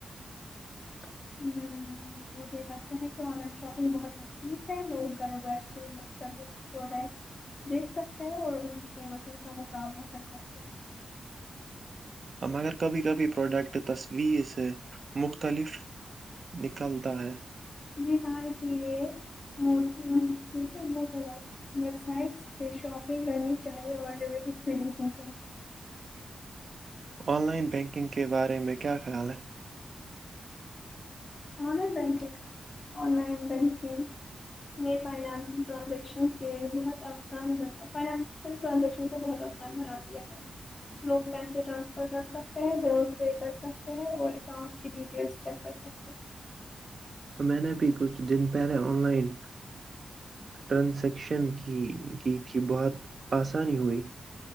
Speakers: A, on the left; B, on the right.
A: تو مجھے یہ لگتے ہے کہ آن لائن شاپنگ بہت م ج ہے لوگ گھر بیٹھے مختلف پروڈکٹ- دیکھ سکتے ہیں اور ان کی قیمتوں کا مقابنا کر سکتے ہیں-
B: مگر کبھی کبھی پروڈکٹ تصویر سے مختلف- نکلتا ہے
A: جی ہاں س یہ موسم یہ شن بہتبات- ویب سائٹ سے شاپنگ کرنی چاہیے اور ڈیس پہ دیکھنی چاہیے-
B: آن لائن بینکنگ کے بارے میں کیا خیال ہے-
A: لن بکگ لائن بکنگ میں فائنانس ٹرانزیکشن کے بہت آسان ب پر- ٹرانزیکشن کو بہت آسان بنا دیا ہے- لوگ بینک ٹرانسفر کر سکتے ہیں فون پے کر سکتے ہیں اور اکاؤنٹ کی ڈیٹیلس چیک کر- اچکے
B: میں نے بھی کچھ دن پہلے آن لائن ٹرانسیکشن کی کی تھی بہت آسانی ہوئی-